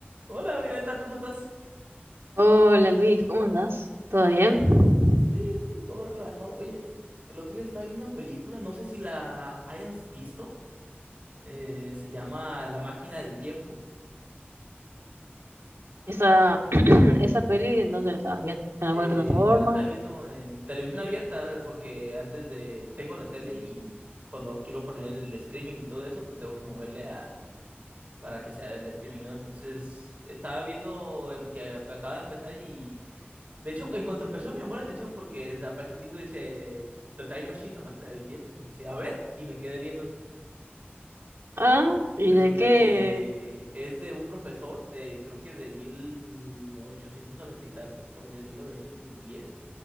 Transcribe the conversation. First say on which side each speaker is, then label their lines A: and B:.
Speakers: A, on the right (about 40°); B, on the right (about 85°).
A: Hola Violeta, ¿cómo estás?
B: Hola Luis, ¿cómo andás? ¿Todo bien?
A: Sí, sí, todo relajado. Oye, el otro día estaba viendo una película, no sé si la hayas visto. eh, se llama La máquina del tiempo.
B: Esa, <clears throat> esa peli, ¿en dónde la estabas viendo? ¿En alguna
A: Eh,
B: plataforma?
A: la estaba viendo en televisión abierta porque antes de... Tengo la tele y cuando quiero poner el streaming y todo eso, pues tengo que moverle a... para que sea el streaming, ¿no? Entonces, estaba viendo eh, que acaba de empezar De hecho, en cuanto empezó me llamó la atención porque aparece el título y dice The Time Machine, la máquina del tiempo, y me quisiera ver y me quedé viendo.
B: Ah, ¿y
A: Resulta
B: de qué?
A: que es de un profesor de creo que de 1890 y tantos o de 1910